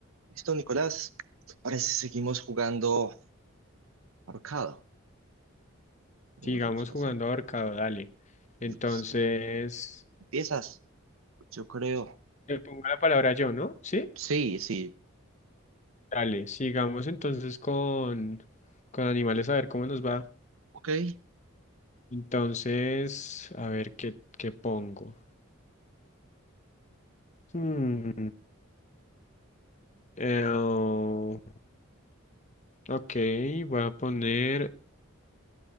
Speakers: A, on the right; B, on the left.
A: Listo, Nicolás. Ahora sí seguimos jugando ahorcado. como
B: Sigamos
A: Nos gusta
B: jugando
A: hacer.
B: ahorcado, dale.
A: Listo.
B: Entonces,
A: ¿Empiezas? Yo creo.
B: le pongo la palabra yo, ¿no? ¿Sí?
A: Sí, sí.
B: Dale, sigamos entonces con, con animales a ver cómo nos va.
A: Ok.
B: Entonces, a ver qué, qué pongo. Hmm, eh, oh, ok, voy a poner,